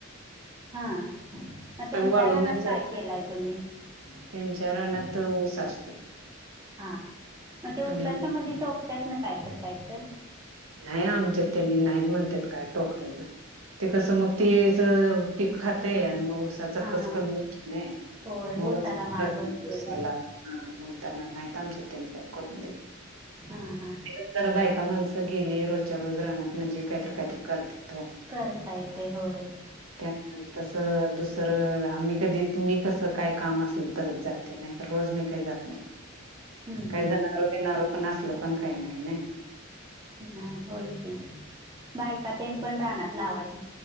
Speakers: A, on the right (about 15°); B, on the right (about 70°).
A: <inaudible> हा. मग
B: सगळं
A: त्यांच्या
B: वाळूनच
A: रानात
B: जातय
A: काय केलाय तुम्ही? <inaudible>
B: त्यांच्या रानात ऊस असतोय
A: हा मग ते
B: आणि
A: उसाच्या मध्ये टोकत्यात ना कायतर, कायतर.
B: नाही आमच्यात त्यांनी नाहीच म्हणत्यात काय टोकायचं ते कसं मग तेज पीक खातय आणि मग उसाचा
A: हां
B: कस कमी होतक नाय.
A: होय
B: मोबा
A: उसाला मार
B: प्रत्येक
A: बसतोय
B: दिवसाला
A: मग
B: ह म्हण म्हणताना नाहित आमच्या त्यांनी काय करून देत.
A: हां हां
B: केल तर बायका माणसं तर गेले रोजच्या रोज रानात म्हणजे काहीतरी, काहीतरी करत्यात.
A: करता येते होय
B: <inaudible> त्यांना तस दुसर तर आम्ही कधी तुमी कस काय काम असल तरच जाते नाही तर रोज मी काही जात नाही.
A: हम्म
B: काही
A: हम्म
B: जनावर बिणावर पण असल पण काय नाही नई.
A: नाही होय की बायकातेन पण राहनात लागतात.